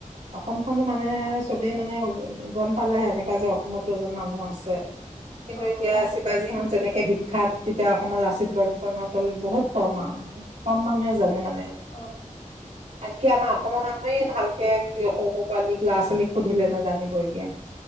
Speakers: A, on the right; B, on the left.
A: অসমখনো মানে চবেই মানে গম পালেহে এনেকা যে অসমত এজন মানুহ আছে কিন্তু
B: অ'
A: এতিয়া
B: হয়
A: শিৱাজীহঁত
B: আকৌ
A: যেনেকে বিখ্যাত তেতিয়া অসমত লাচিত বৰফুকন হোটেল বহুত কম আৰু কম মানুহে জানে মানে
B: অহ
A: আনকি আমাৰ অসমৰ মানুহেই ভালকে সৰু সৰু পোৱালীক ল'ৰা ছোৱালীক সুধিলে নেজানিব এতিয়া